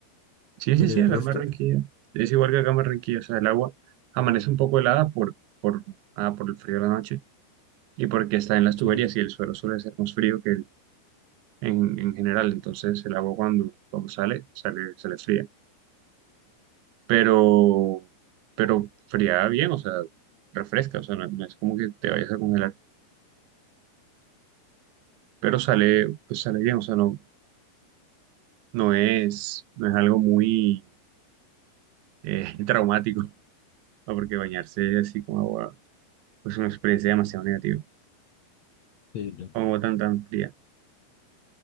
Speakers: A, on the right; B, on the left.
A: Sí,
B: Pero
A: sí, sí,
B: el
A: acá
B: resto,
A: en Barranquilla. Es igual que acá en Barranquilla. O sea, el agua amanece un poco helada por, por, ah, por el frío de la noche y porque está en las
B: sí,
A: tuberías y el suelo suele ser más frío que el, en, en general. Entonces el agua cuando, cuando sale, sale, sale fría. pero, pero fría bien, o sea, refresca, o sea, no, no es como que te vayas a congelar, pero sale, pues sale bien, o sea, no, no es, no es algo muy eh, <laughs> traumático, ¿no? porque bañarse así con agua pues, es una experiencia demasiado negativa,
B: sí, no.
A: con agua tan, tan fría.